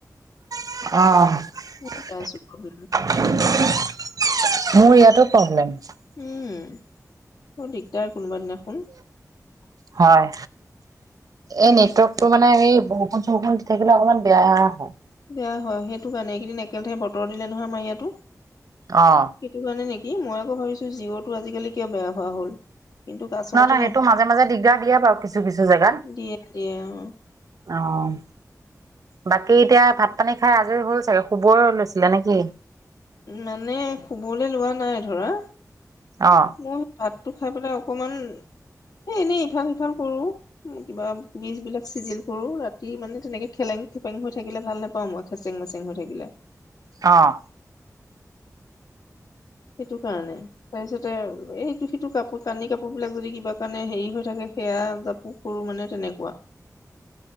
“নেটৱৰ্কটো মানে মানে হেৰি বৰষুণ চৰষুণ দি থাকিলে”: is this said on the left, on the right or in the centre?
Right